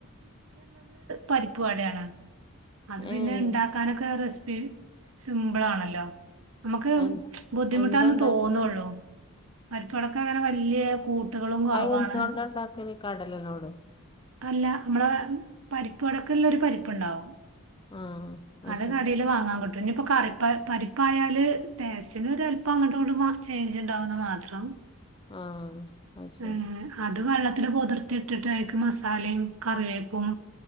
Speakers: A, on the right; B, on the left.
A: പരിപ്പുവടയാണ് അത് പിന്നെ
B: ഏഹ്
A: ഉണ്ടാക്കാനൊക്കെ റെസിപ്പി സിമ്പിളാണല്ലോ നമുക്ക്
B: എന്താ
A: ബുദ്ധിമുട്ടന്ന്
B: എന്താണ്ടാക്കല്
A: തോന്നുള്ളൂ പരിപ്പടോക്കെ അങ്ങനെ വല്യ കൂട്ടുകളും കുറവാണ്
B: അയ് എന്തുകൊണ്ട ഉണ്ടാക്കല് കടലനോടോ
A: അല്ല നമ്മള പരിപ്പുവടക്കുള്ള ഒരു പരിപ്പുണ്ടാവും
B: ആഹ്
A: അത്
B: ശരി
A: കടെൽ വാങ്ങാൻ കിട്ടും ഇനിപ്പോ കറി പ പരി പ്പായാല് ടേസ്റ്റിന് ഒല്പ്പം അങ്ങോട്ടും ഇങ്ങട്ടും ചേഞ്ച് ഉണ്ടാവുന്ന് മാത്രം
B: ആഹ് അത് ശരി
A: ഉം അതും വെള്ള കുതിർത്തിട്ടിട്ട് അയിക്ക് മസാലയും കറിവേപ്പും